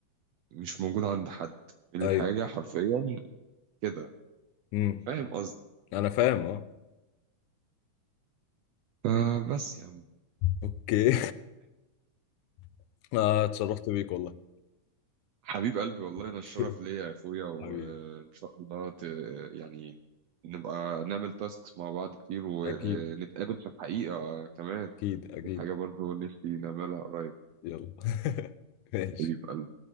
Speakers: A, on the right (about 75°); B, on the left (about 80°).
A: مش موجودة عند حد اعمل
B: ايوه
A: لي حاجة حرفيا كده
B: امم
A: فاهم قصدي
B: انا فاهم اه
A: آه بس يا عم
B: اوكي <laughs> آه اتشرفت بيك والله <laughs>
A: حبيب قلبي والله
B: أوكي.
A: انا الشرف ليا يا اخويا وان
B: حبيبي
A: شاء الله ت... يعني نبقى نعمل تاسكس مع بعض كتير ونتقابل
B: اكيد
A: في الحقيقة كمان
B: اكيد اكيد
A: دي حاجة برضو نفسي نعملها قريب
B: يلا <laughs> ماشي
A: حبيب قلبي